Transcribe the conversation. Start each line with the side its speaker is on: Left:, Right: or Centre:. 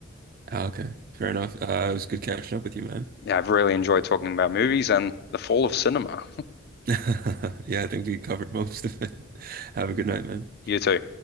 Right: Ah, Okay, fair enough. Uh, it was good catching up with you, man.
Left: Yeah, I've really enjoyed talking about movies and the fall of cinema.
Right: <laughs> Yeah, I think we covered most of it. <laughs> Have a good night, man.
Left: You too.